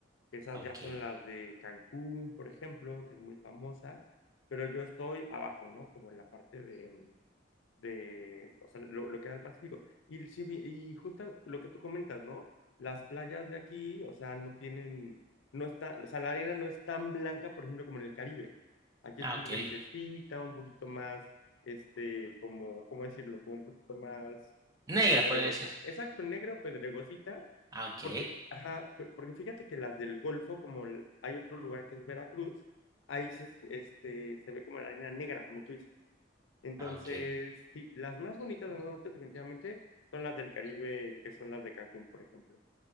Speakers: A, on the left; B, on the right.
A: esas
B: Ah, ok.
A: ya son las de Cancún, por ejemplo, que es muy famosa, pero yo estoy abajo, ¿no? Como en la parte de, mm, de o sea, lo, lo que da el Pacífico. Y, sí vi- y justo lo que tú comentas, ¿no? Las playas de aquí, o sea, no tienen, no está, o sea, la arena no es tan blanca, por ejemplo, como en el Caribe. Aquí es
B: Ah,
A: como
B: ok.
A: grisecita, un poquito más, este, como, ¿cómo decirlo? Como un poquito más
B: Negra
A: eh, pedregosa.
B: puede ser.
A: Exacto, negra o pedregosita
B: Ah, ok.
A: porque, ajá, por- porque fíjate que las del Golfo, como el- hay otro lugar que es Veracruz, ahí se, este, se ve como la arena negra, como tú dices. Entonces,
B: Ah, ok.
A: sí, las más bonitas del norte definitivamente son las del Caribe, que son las de Cancún, por ejemplo.